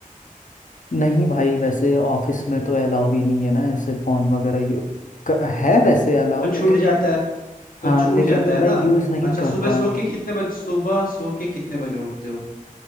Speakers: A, on the left (about 65°); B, on the left (about 85°).
A: नहीं भाई वैसे ऑफिस में तो अलाउ भी नहीं है ना ऐसे फोन वगैरह यू क- है वैसे अलाउ
B: तो छूट
A: लेकिन
B: जाता है तो
A: हाँ
B: छूट
A: लेकिन
B: जाता है
A: मैं
B: ना
A: यूज़ नहीं
B: अच्छा सुबह
A: करता
B: सो के कितने बजे सुबह सो के कितने बजे उठते हो